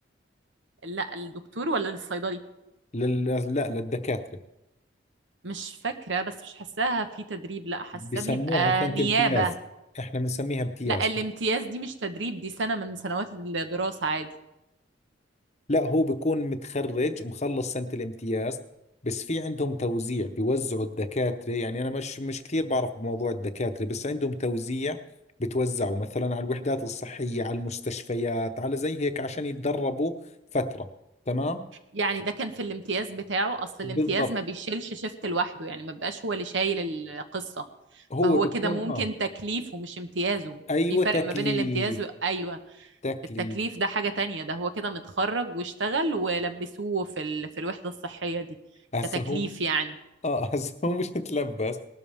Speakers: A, on the right; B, on the left.
A: لا الدكتور ولا للصيدلي
B: لل... لا للدكاترة
A: مش فاكره بس مش حاساها في تدريب لا حاساه
B: بسموها
A: بيبقى
B: سنة
A: نيابه
B: امتياز احنا بنسميها امتياز
A: لا الامتياز دي مش تدريب دي سنه من سنوات الدراسه عادي
B: لا هو بيكون متخرج مخلص سنة الامتياز بس في عندهم توزيع بيوزعوا الدكاترة يعني أنا مش مش كثير بعرف بموضوع الدكاترة بس عندهم توزيع بتوزعوا مثلا على الوحدات الصحية على المستشفيات على زي هيك عشان يتدربوا فترة تمام
A: يعني ده كان في الامتياز بتاعه اصل
B: بالضبط
A: الامتياز ما بيشيلش شيفت لوحده يعني ما بيبقاش هو اللي شايل القصة
B: هو
A: فهو
B: بيكون
A: كده ممكن
B: آه
A: تكليفه مش امتيازه
B: أيوة
A: في فرق
B: تكليف
A: ما بين الامتياز و... ايوه
B: تكليف
A: التكليف ده حاجة تانية ده هو كده متخرج واشتغل ولبسوه في ال... في الوحدة الصحية دي
B: هسه
A: كتكليف
B: هو
A: يعني
B: آه <laughs> هسه هو مش متلبس